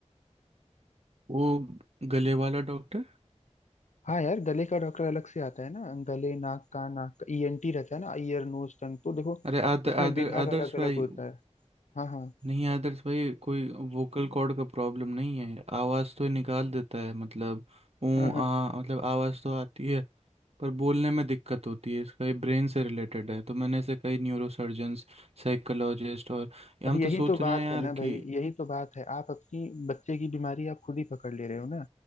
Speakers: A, on the right; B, on the left.
A: वो गले वाला डॉक्टर
B: हाँ यार गले का डॉक्टर अलग से आता है ना गले नाक का नाक का ईएनटी रहता है ना ईयर नोज टंग तो देखो
A: अरे आदर
B: उसमें
A: आदर
B: विभाग
A: आदर्श
B: अलग अलग
A: भाई
B: होता है हाँ हाँ
A: नहीं आदर्श भाई कोई वोकल कॉर्ड का प्रॉब्लम नहीं है आवाज़ तो निकाल देता है मतलब ऊ
B: हाँ हाँ
A: आ मतलब आवाज़ तो आती है पर बोलने में दिक्कत होती है इसका ये ब्रेन से रिलेटेड है तो मैंने ऐसे कई न्यूरोसर्जन्स साइकोलॉजिस्ट और हम
B: अब यही
A: तो सोच
B: तो बात
A: रहे हैं यार
B: है ना भाई
A: कि
B: यही तो बात है आप अपनी बच्चे की बीमारी आप खुद ही पकड़ ले रहे हो ना